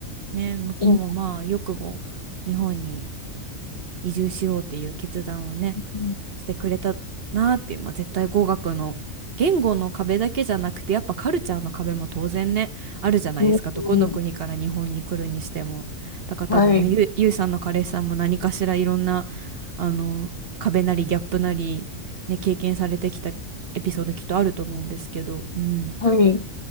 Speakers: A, on the right (about 50°); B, on the left (about 45°).
A: ね、向こうもまあよくも日本に
B: いい
A: 移住しようっていう決断をね、
B: うん
A: してくれたなっていう、まあ、絶対語学の言語の壁だけじゃなくてやっぱカルチャーの壁も当然ねあるじゃないですかどこの国から日本に来るにしてもだから多分ねゆ、
B: うんうんはい、
A: ゆいさんの彼氏さんも何かしらいろんなあの壁なりギャップなり、ね、経験されてきたエピソードきっとあると思うんですけど、うん
B: はい、